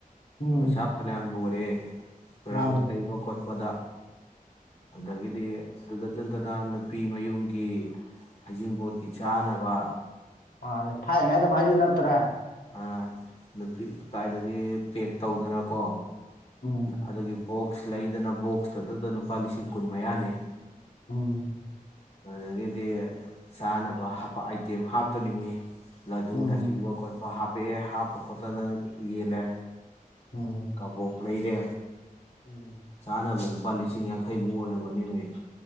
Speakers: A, on the left; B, on the left.
A: ꯎꯝ
B: ꯄꯩꯁꯥ ꯐꯅꯌꯥꯝ ꯂꯣꯏꯔꯦ
A: ꯃꯥꯅꯦ
B: ꯔꯪ ꯇꯩꯕ ꯀꯣꯠ ꯄꯗ ꯑꯗꯒꯤꯗꯤ ꯑꯗꯨꯗ ꯅꯠꯇꯅ ꯅꯨꯄꯤ ꯃꯌꯨꯝꯒꯤ ꯍꯩꯖꯤꯡꯕꯣꯠꯀꯤ ꯆꯥꯅꯕ
A: ꯃꯅꯦ ꯊꯥꯏꯅꯥꯉꯩ ꯗꯨꯃꯥꯏꯖꯨ ꯅꯠꯇ꯭ꯔ
B: ꯑꯥ ꯅꯨꯄꯤ ꯀꯏꯗꯒꯤ ꯄꯦꯛ ꯇꯧꯗꯅꯀꯣ
A: ꯎꯝ
B: ꯑꯗꯨꯒꯤ ꯕꯣꯛꯁ ꯂꯩꯗꯅ ꯕꯣꯛꯁꯇꯗꯗ ꯂꯨꯄꯥ ꯂꯤꯁꯤꯡ ꯀꯨꯟ ꯃꯌꯥꯅꯤ
A: ꯎꯝ
B: ꯑꯗꯨꯗꯒꯤꯗꯤ ꯆꯥꯅꯕ ꯍꯞꯄꯥ ꯑꯥꯏꯇꯦꯝ ꯍꯥꯞꯇꯣꯔꯤꯃꯤ ꯂꯗꯨꯅꯆꯤꯡꯕ
A: ꯎꯝ
B: ꯈꯣꯠꯄ ꯍꯥꯞ ꯄꯦꯛꯑꯦ ꯍꯥꯞꯄ ꯈꯣꯠꯇꯅ ꯌꯦꯜꯂꯦ
A: ꯎꯝ
B: ꯀꯕꯣꯛ ꯂꯩꯔꯦ
A: ꯎꯝ
B: ꯁꯅꯕ ꯂꯨꯄꯥ ꯂꯤꯁꯤꯡ ꯌꯥꯡꯈꯩꯃꯨꯛ ꯑꯣꯏꯔꯝꯒꯅꯤꯅꯦ